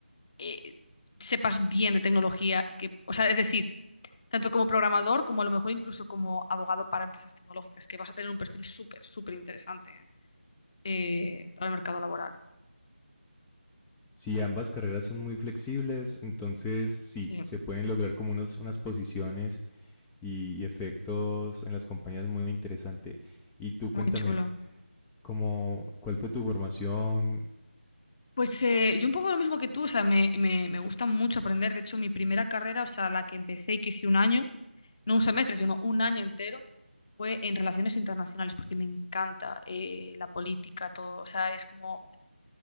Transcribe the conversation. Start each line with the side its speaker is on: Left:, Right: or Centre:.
Left: eh, sepas bien de tecnología, y que, o sea, es decir, tanto como programador como a lo mejor incluso como abogado para empresas tecnológicas, que vas a tener un perfil súper, súper interesante, ¿eh? Eh, para el mercado laboral.
Centre: Sí, ambas carreras son muy flexibles, entonces sí,
Left: Sí,
Centre: se pueden lograr como unos, unas posiciones y, y efectos en las compañías muy interesante. Y tú
Left: muy
Centre: cuéntame,
Left: chulo.
Centre: ¿cómo, ¿cuál fue tu formación?
Left: Pues eh, yo un poco lo mismo que tú, o sea, me, me, me gusta mucho aprender. De hecho, mi primera carrera, o sea, la que empecé y que hice un año, no un semestre, sino un año entero, fue en relaciones internacionales, porque me encanta eh, la política, todo. O sea, es como